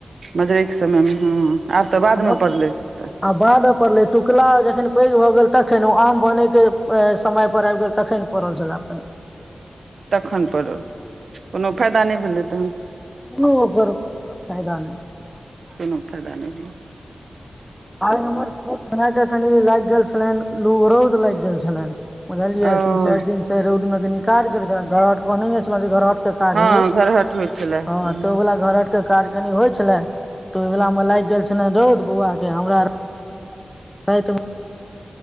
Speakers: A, on the right; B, in the centre.
A: मजुरै के समयमे हँ। आब तऽ बादमे
B: ह
A: पड़लै तऽ
B: आ बादमे पड़लै टकला जखन। पैघ भऽ गेल तखन ओ आम बने के समय पर आबि गेल तखनि पड़ल छल पानि।
A: तखन परल कोनो फायदा नहि भेलै तहन।
B: कोनो ओकर फायदा नहि
A: कोनो फायदा नहि भेले।
B: आ हमर छोट भइ के। कनि लागि गेल छलनि लू रौद लागि गेल छलनि। बुझलियै
A: ओ
B: तीन चारि दिन से रौद मे के निकाज कर छ घर। छल जे घरर। क
A: हँ
B: होइ
A: घरहट होइ छलै
B: हँ
A: हूँ
B: तऽ ओ व घरर के काज कनि होइ छलै। <unintelligible> तऽ ओहि वलाा मे लागि गेल छल ने रौद बौआ। हमरा। त। <unintelligible>